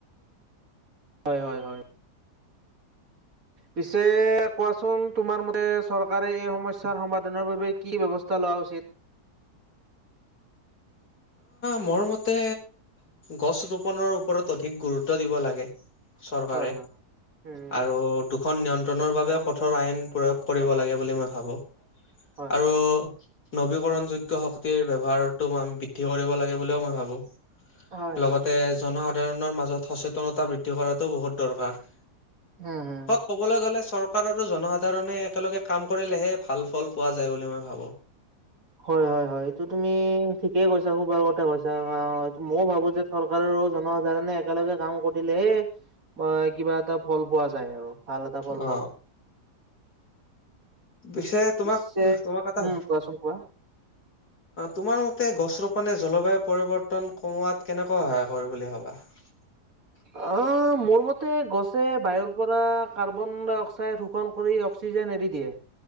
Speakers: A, on the right; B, on the left.
A: হয়, হয়, হয়,
B: উ
A: পিছে কোৱাচোন, তোমাৰ মতে চৰকাৰে এই সমস্যাৰ সমাধানৰ বাবে কি ব্যবস্থা লোৱা উচিত
B: মোৰ মতে, গছ ৰোপনৰৰ ওপৰত অধিক গুৰুত্ব দিব লাগে চৰকাৰে,
A: হয় হয় উম
B: আৰু খ নিয়ন্ত্ৰণৰ বাবে কঠোৰ আইন প্ৰয়োগ কৰিব লাগে, বুলি মই ভাবো
A: হয়
B: আৰু
A: হয়
B: নবীকৰণ যোগ্য শক্তিৰ ব্যৱহাৰটো বৃদ্ধি কৰিব লাগে বুলিও মই ভাবোঁ
A: হয়
B: লগতে,
A: হয়
B: জনসাধাৰণৰ মাজত সচেতনতা বৃদ্ধি কৰাটো বহুত দৰকাৰী
A: হম
B: ক'বলৈ গ'লে চৰকাৰ, আৰু জনসাধাৰণে একেলগে কাম কৰিলেহে ভাল ফল পোৱা যায় বুলি মই ভাবো
A: হয়, হয়, হয়, এইটো তুমি ঠিকেই কৈছা, ক'বাৰ কথা কৈছা মইয় ভাবো যে চৰকাৰৰ জনসাধাৰণে একেলগে কাম কৰিলেহে কিবা এটা ফল পোৱা যায় আৰু ভাল এটা ফল
B: অ
A: পোৱা যায়
B: পিছে তোমাক
A: পিছে
B: তোমাৰ কথা
A: উম কোৱাচোন কোৱা
B: তোমাৰ মতে গছ ৰোপনেে জলবায়ু পৰিৱৰ্তন কমোৱাত কেনেকুৱৈ সহায় কৰি বুলি ভাবা <inaudible>
A: অ, মোৰ মতে গছে বায়ুৰ পৰা কাৰ্বন ডাই অক্সাইড শোষণ কৰি <unintelligible> এৰি দিয়ে